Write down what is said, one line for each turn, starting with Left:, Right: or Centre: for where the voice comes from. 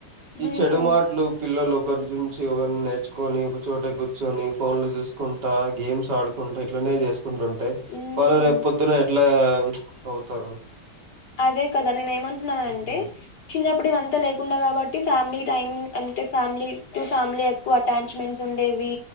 Left: హ్మ్.
Right: ఈ చెడు మాటలు పిల్లలు ఒకరి నుంచి ఒకరిని నేర్చుకొని ఒక చోట కూర్చొని ఫోన్ లో చూసుకుంటా గేమ్స్ ఆడుకుంటా ఇట్లనే చేసుకుంటుంటేయి
Left: హ్మ్.
Right: వాళ్ళు రేపు పొద్దున ఎట్లా ప్చ్ అవుతారు
Left: అదే కదా నేను ఏమంటున్నాను
Right: హ్మ్
Left: అంటే చిన్నప్ ఇప్పుడు ఇవంతా లేకుండా కాబట్టి ఫ్యామిలీ టైమ్ అంటే ఫ్యామిలీ టు ఫ్యామిలీ ఎక్కువ అటాచ్మెంట్స్ ఉండేవి